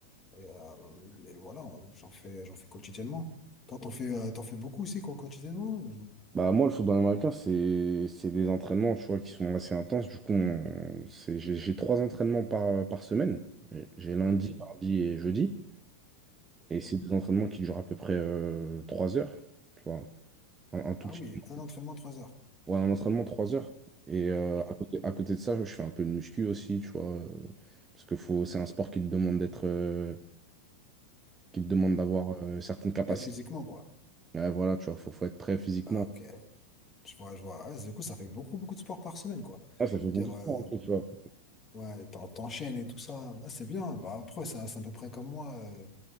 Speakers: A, on the left; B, on the right.
A: Et, euh, et voilà, on- j'en fais, j'en fais quotidiennement. Toi, t'en fais, euh, t'en fais beaucoup aussi quoi, quotidiennement ou-
B: Bah moi, le football américain, c'est c'est des entraînements, tu vois, qui sont assez intenses. Du coup, on- c'est- j'ai j'ai trois entraînements par, par semaine. J'ai lundi,
A: Mhm,
B: mardi et jeudi.
A: ok.
B: Et c'est des entraînements qui durent à peu près euh, 3 heures, tu vois. Un, un tout
A: Ah
B: petit
A: oui,
B: peu.
A: un entraînement, trois heures.
B: Ouais, un entraînement, 3 heures. Et euh,
A: Ok.
B: à côté, à côté de ça, je fais un peu de muscu aussi, tu vois. euh, parce que faut, c'est un sport qui te demande d'être, euh, qui te demande d'avoir euh, certaines capacités.
A: Très physiquement, quoi.
B: Ouais, voilà, tu vois, faut, faut être prêt physiquement.
A: Ah, ok. Je vois, je vois. Ouais, du coup, ça fait beaucoup, beaucoup de sport par semaine, quoi.
B: Ah, ça fait
A: C'est-à-dire,
B: beaucoup
A: euh,
B: de temps, tu vois.
A: ouais, t'en- t'enchaînes et tout ça. Ah, c'est bien. Bah, après, ça- c'est à peu près comme moi euh,